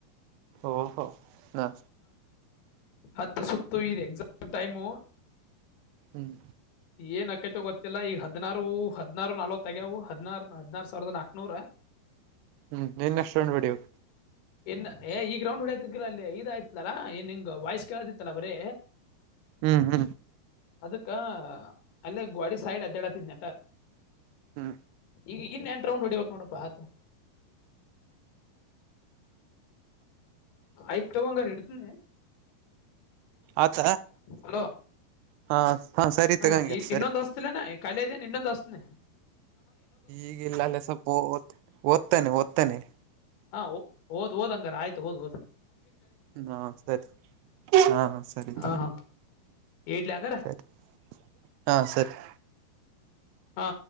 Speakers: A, on the right; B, on the left.
A: ಓಹೋ ನಾ
B: ಹತ್ತ ಸುತ್ತ ಇದೆ ಎಕ್ಸಾಕ್ಟ್ ಟೈಮು
A: ಹ್ಮ್
B: ಏನ್ ಅಕೈತ ಗೊತ್ತಿಲ್ಲ ಈಗ ಹದ್ಾರು ಹದ್ನಾರು ನಾವ ತಗವು ಹದಿನಾರ ಹದನಾರ ಸಾವಿರದ ನಾಕ್ೂರ <inaudible>
A: ಹ್ಮ್ ಇನ್ ಎಷ್ಟಂ ಬಿಡಿವು
B: ಇನ್ ಏ ಈ ಗ್ರೌಂಡ್ ಹೊಡ್ಯತಿರ್ಗಿಲ್ಲಾ ಅಲ್ಲಿ ಇದ ಆಯ್ತ್ಲಲ್ಲಾ ಏನ್ ನಿಂಗ್ ವಾಯ್ಸ್ ಕೇಳತಿತ್ತಲಾ ಬರೀ
A: ಹ್ಮ್ ಹ್ಮ್
B: ಅದಕ್ಕ ಅಲ್ಲೇ ಗಾಡಿ ಸೈಡ್ ಅಜಜಾಡತಿದ್ ನಟ
A: ಹ್ಮ್
B: ಈಗ ಇನ್ ಎಂಟ ರೌಂಡ್ ಹೊಡಿಬೇಕಕ್ ನೋಡಪ್ಪಾ ಆಯತು ಆಯ್ತ ತಗಂಗಾರ ಎಡ್ತನ
A: ಆತ
B: ಹಲೋ
A: ಹಾ ಹಾ ಸರಿ
B: ಹ
A: ತಗಂಗಾರ ಸರಿ
B: ಇನ್ನೊಂದು ವಸ್ಲ್ಲ ನ ಖಾಲಿ ಇದ್ದನೆ ಇನ್ನೊಂದು ವಸ್ತನ
A: ಈಗಿಲ್ಲ ಅಲ್ಲ ಸ್ವಲ್ಪ ಓ ಓದ್ತಾನನೆ ಓದ್ತಾನೆ
B: ಹಾ ಹದ್ ಹದ ಹಂಗಾರ ಆಯತ ಹದ್ ಹೋದ್
A: ಹಾ ಸರಿ ಹಾ ಸರಿತಾ
B: ಹಾ ಹಾ ಇಡ್ಲಿ ಹಂಗಾರ
A: ಸರಿ ಹಾ ಸರಿ
B: ಹಾ